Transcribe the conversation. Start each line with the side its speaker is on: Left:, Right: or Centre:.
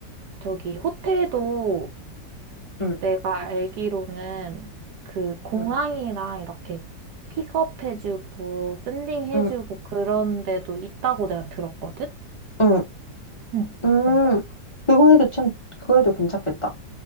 Right: 저기, 호텔도
Left: 응,
Right: 내가 알기로는 그 공항이랑
Left: 응,
Right: 이렇게 픽업해주고 샌딩해주고
Left: 응,
Right: 그런 데도 있다고 내가 들었거든?
Left: 응,
Right: 응.
Left: 응.
Right: 어,
Left: 그거 해도 참, 그거 해도 괜찮겠다.